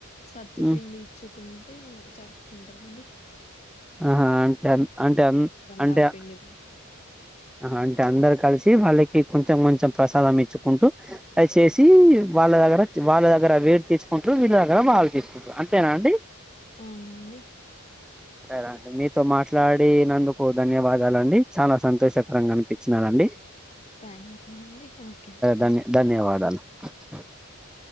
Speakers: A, on the left (about 30°); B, in the centre.
A: సత్తుపిండి
B: హ్మ్
A: ఇచ్చుకుని టూ జరుపుకుంటరండి
B: ఆహా అంటే అం అంటే అం అంటే
A: లాగా పిండి
B: ఆహా అంటే అందరు కలిసి తి వాళ్ళకి కొంచెం కొంచెం ప్రసాదం ఇచ్చుకుంటూ, అది చేేసి వాళ్ళ దగర వాళ్ళ దగర రేట్ తీసుకుంటూ వీళ్ళ దగ్గర వాలు తీసుకుట్రు అంతేనా అండి.
A: అవునండి.
B: సరే అండి మీతో మాట్లాడీనందుకు ధన్యవాదాలండి, చానా సంతోషకరంగా అనిపించినాదండి
A: థ్యాంక్ యూ అండి, ఓకే బాయ్.
B: ధన్య <unintelligible>